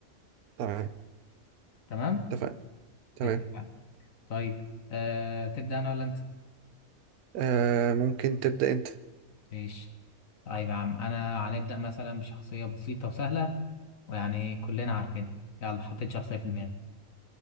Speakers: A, on the right (about 90°); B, on the left (about 65°).
A: تمام
B: تمام
A: اتفقنا تمام
B: اتفقنا طيب أه تبدا انا ولا انت
A: آه ممكن تبدأ انت
B: ماشي طيب يا عم انا هنبدا مثلا بشخصيه بسيطه وسهله ويعني كلنا عارفينها يلا حطيت شخصيه في دماغي